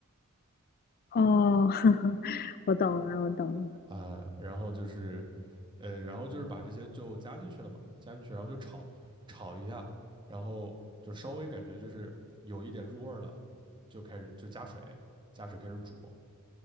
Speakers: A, on the left (about 45°); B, on the right (about 20°).
A: 哦，<laughs> 我懂了，我懂了。
B: 啊，然后就是，呃，然后就是把这些就加进去了嘛，加进去，然后就炒炒一下，然后就稍微感觉就是有一点入味儿了，就开始就加水，加水开始煮，